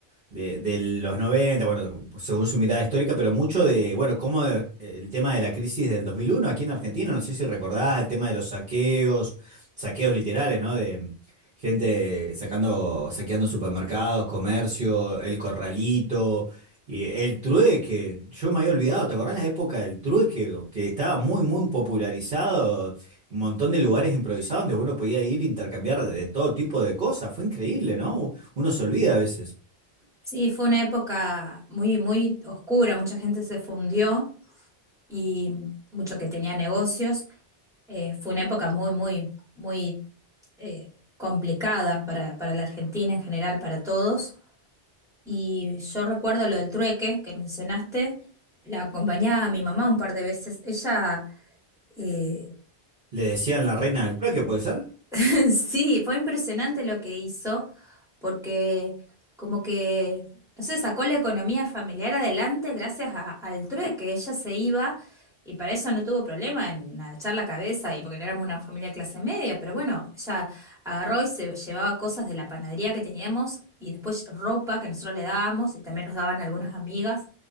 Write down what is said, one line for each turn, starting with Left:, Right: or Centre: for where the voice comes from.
Right: de, de los noventa bueno, según su mirada histórica, pero mucho de, bueno, cómo eh, el tema de la crisis del 2001 aquí en Argentina, no sé si recordás el tema de los saqueos, saqueos literales, ¿no? De gente sacando, saqueando supermercados, comercio, el corralito, y el trueque, yo me había olvidado, ¿te acordás la época del trueque? Que estaba muy, muy popularizado, un montón de lugares improvisados donde uno podía ir a intercambiar de todo tipo de cosas, fue increíble, ¿no? Uno se olvida a veces.
Centre: Sí, fue una época muy, muy oscura, mucha gente se fundió y mucho que tenía negocios. Eh, fue una época muy, muy, muy eh, complicada para, para la Argentina en general, para todos. Y yo recuerdo lo del trueque que mencionaste, la acompañaba a mi mamá un par de veces. Ella, eh,
Right: Le decían la reina del trueque, ¿puede ser?
Centre: <laughs> Sí, fue impresionante lo que hizo, porque como que, no sé, sacó la economía familiar adelante gracias a- al trueque. Ella se iba y para eso no tuvo problema en agachar la cabeza y porque no éramos una familia clase media, pero bueno, ella agarró y se llevaba cosas de la panadería que teníamos y después ropa que nosotros le dábamos y también nos daban algunas amigas